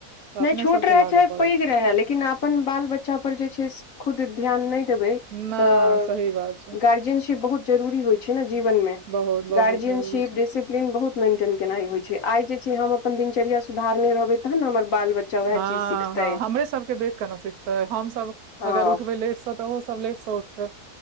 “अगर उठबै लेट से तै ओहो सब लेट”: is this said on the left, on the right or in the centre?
Right